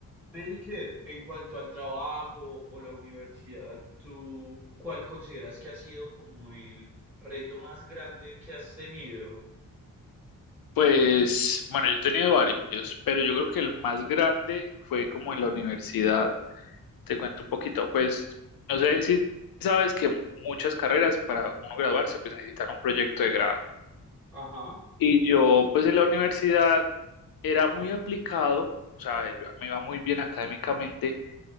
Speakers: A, in the centre; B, on the left.
A: Baker, en cuanto al trabajo o la universidad, ¿tú cuál consideras que ha sido como el reto más grande que has tenido?
B: Pues, bueno, yo he tenido varios, pero yo creo que el más grande fue como en la universidad. Te cuento un poquito, pues, no sé si sabes que muchas carreras para uno graduarse, pues necesitan un proyecto de grado.
A: Ajá,
B: Y yo, pues, en la universidad era muy aplicado, o sea, yo me iba muy bien académicamente,